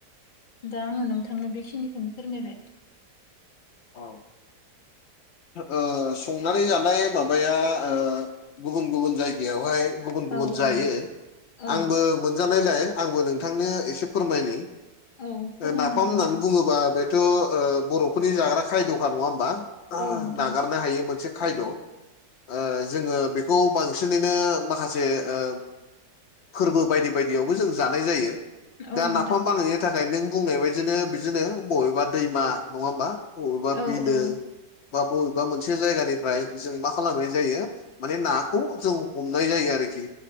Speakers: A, on the left (about 40°); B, on the left (about 85°).
A: दा आङो नोंथांनो बेखिनिखौनो फोरमायबाय।
B: औ ओ संनानै जानाय माबाया ओ गुबुन गुबुन जायगायावहाय गुबुन गुबुन
A: औ
B: जायो
A: औ औ
B: आंबो मोनजानायलाय आंबो नोंथांनो एसे फोरमायनो
A: औ फोरमायनो
B: नाफाम
A: हागोन
B: होननानै
A: नोंथां
B: बुङोबा बेथ ओ' बर'फोरनि जाग्रा खायद'खा नङा होमबा
A: औ नोंथां
B: नागारनो हायो मोनसे खायद' ओ जोङो बेखौ बांसिनैनो माखासे ओ फोरबो बायदि बायदियावबो जों जानाय जायो।
A: औ
B: दा
A: नोंथां
B: नाफाम बानायनायनि थाखाय नों बुंनाय बायदिनो बिदिनो बबेबा दैमा नङा होमबा? बबेबा
A: औ
B: बिलो
A: औ
B: बा बबेबा मोनसे जायगानिफ्राय जों मा खालामनाय जायो माने नाखौ जों हमनाय जायो आरोखि